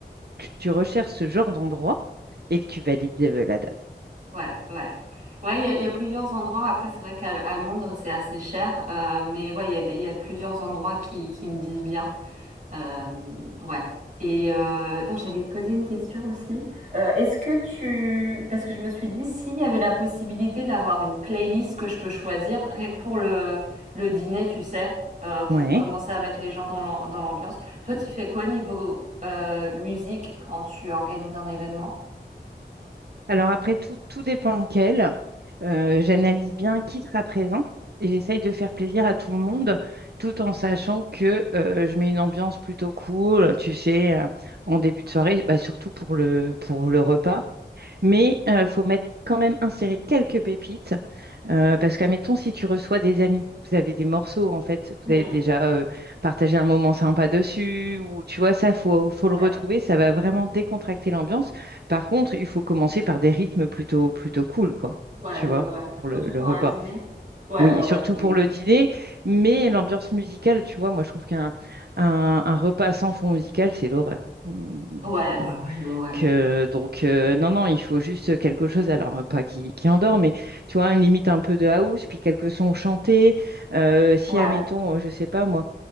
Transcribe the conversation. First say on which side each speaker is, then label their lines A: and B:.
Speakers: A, on the right; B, on the right.
A: que tu recherches ce genre d'endroit et que tu valides euh, la date.
B: Ouais, ouais. Ouais, il y a, il y a plusieurs endroits. Après, c'est vrai qu'à à Londres, c'est assez cher. Euh, mais ouais, il y a des, il y a plusieurs endroits qui, qui me disent bien. Euh, ouais. Et euh, attends, j'allais te poser une question aussi. Euh, est-ce que tu... Parce que je me suis dit, s'il y avait la possibilité d'avoir une playlist que je peux choisir, rien que pour le, le dîner, tu sais, euh, pour
A: Ouais.
B: commencer à mettre les gens dans l'am- dans l'ambiance. Toi, tu fais quoi niveau euh, musique quand tu organises un événement?
A: Alors après, tout, tout dépend lequel. Euh, j'analyse bien qui sera présent et j'essaye de faire plaisir à tout le monde tout en sachant que euh, je mets une ambiance plutôt cool, tu sais, euh, en début de soirée, bah, surtout pour le, pour le repas. Mais il faut mettre quand même insérer quelques pépites euh, parce qu'admettons, si tu reçois des amis, vous avez des morceaux, en fait,
B: Hmm,
A: vous avez déjà euh, partagé un moment sympa dessus, ou tu vois, ça, faut, faut
B: ouais.
A: le retrouver, ça va vraiment décontracter l'ambiance. Par contre, il faut commencer par des rythmes plutôt, plutôt cool, quoi,
B: Ouais,
A: tu
B: ouais,
A: vois,
B: ouais.
A: pour
B: Surtout
A: le, le
B: pour
A: repas.
B: un dîner. Ouais,
A: Oui,
B: ouais,
A: et
B: ouais,
A: surtout
B: oui.
A: pour le dîner, mais l'ambiance musicale, tu vois, moi, je trouve qu'un un, un repas sans fond musical, c'est l'horreur. Mmh
B: Ouais, ouais, ouais, ouais, ouais.
A: euh, donc euh, non, non, il faut juste quelque chose, alors euh, pas qui, qui endort, mais tu vois, une limite un peu de house, puis quelques sons chantés. Euh, si,
B: Ouais.
A: admettons, euh, je sais pas, moi,